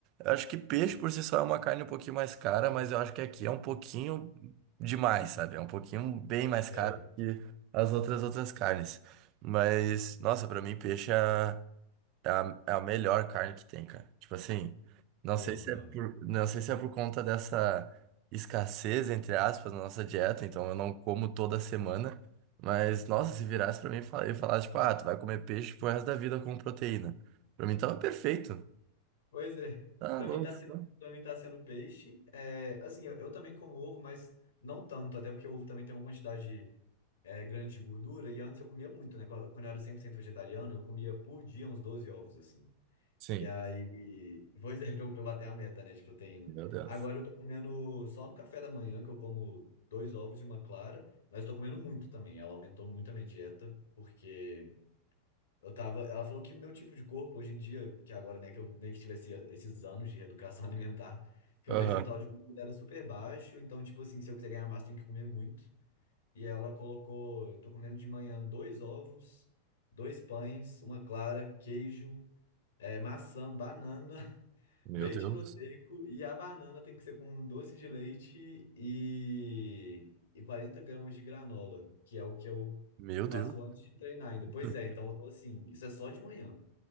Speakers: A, on the right; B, on the left.
A: eu acho que peixe por si só é uma carne um pouquinho mais cara, mas eu acho que aqui é um pouquinho demais, sabe? É um pouquinho bem mais caro
B: sei.
A: que as outras outras carnes. Mas, nossa, pra mim peixe é. É a, é a melhor carne que tem, cara. Tipo assim, não
B: Eu
A: sei
B: amo
A: se
B: também.
A: é por, não sei se é por conta dessa escassez, entre aspas, na nossa dieta, então eu não como toda semana. Mas, nossa, se virasse pra mim e fala- e falasse, tipo, ah, tu vai comer peixe pro resto da vida com proteína. Pra mim tava perfeito.
B: Pois é.
A: Tá
B: Pra
A: louco.
B: mim tá sendo,
A: né?
B: para mim tá sendo peixe. É, assim, eu, eu também como ovo, mas não tanto, até porque o ovo também tem uma quantidade é, grande de gordura. E antes eu comia muito, né? Quando quando eu era 100% vegetariano, eu comia por dia uns 12 ovos, assim.
A: Sim.
B: E aí, <laughs> pois é, pra eu pra eu bater a meta, né, de proteína.
A: Meu Deus.
B: Agora eu tô comendo só no café da manhã, que eu como dois ovos e uma clara, mas eu tô comendo muito também. Ela aumentou muito a minha dieta, porque Eu tava, ela falou que meu tipo de corpo hoje em dia, que agora, né, que eu meio que tivesse esses anos de reeducação <laughs> alimentar, que
A: Aham.
B: meu percentual de gordura era super baixo, então, tipo assim, se eu quiser ganhar massa, tem que comer muito. E ela colocou, eu tô comendo de manhã dois ovos, dois pães, uma clara, queijo, eh, maçã, banana, <laughs>
A: Meu
B: leite
A: Deus.
B: proteico, e a banana tem que ser com doce de leite e, e 40 gramas de granola, que é o que eu
A: Meu
B: faço
A: Deus.
B: antes de treinar ainda.
A: <laughs>
B: Pois é, então eu tô assim, isso é só de manhã.